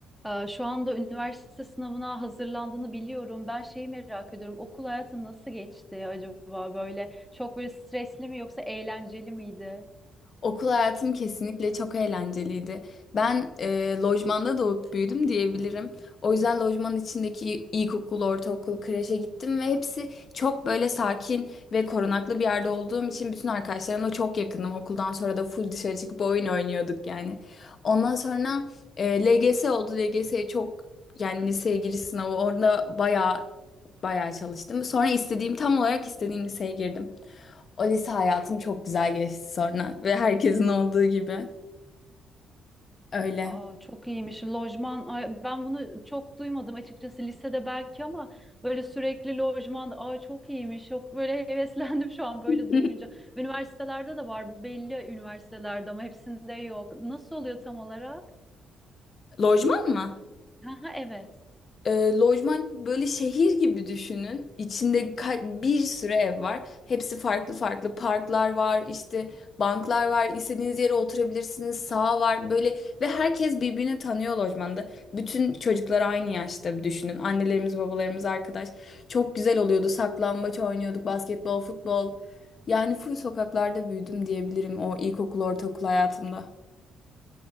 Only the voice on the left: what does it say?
Okul hayatım kesinlikle çok eğlenceliydi. Ben e, lojmanda doğup büyüdüm diyebilirim. O yüzden lojmanın içindeki ilkokul, ortaokul, kreşe gittim ve hepsi çok böyle sakin ve korunaklı bir yerde olduğum için bütün arkadaşlarımla çok yakındım. Okuldan sonra da full dışarı çıkıp oyun oynuyorduk yani. Ondan sonra e, LGS oldu. LGS'ye çok yani liseye giriş sınavı orada bayağı bayağı çalıştım. Sonra istediğim tam olarak istediğim liseye girdim. O lise hayatım çok güzel geçti sonra ve herkesin olduğu gibi. Öyle.
<laughs>
Lojman mı?
E, lojman böyle şehir gibi düşünün. İçinde ka- bir sürü ev var. Hepsi farklı farklı. Parklar var, işte banklar var. İstediğiniz yere oturabilirsiniz. Sağ var böyle ve herkes birbirini tanıyor lojmanda. Bütün çocuklar aynı yaşta düşünün. Annelerimiz, babalarımız, arkadaş. Çok güzel oluyordu. Saklambaç oynuyorduk, basketbol, futbol. Yani full sokaklarda büyüdüm diyebilirim o ilkokul, ortaokul hayatımda.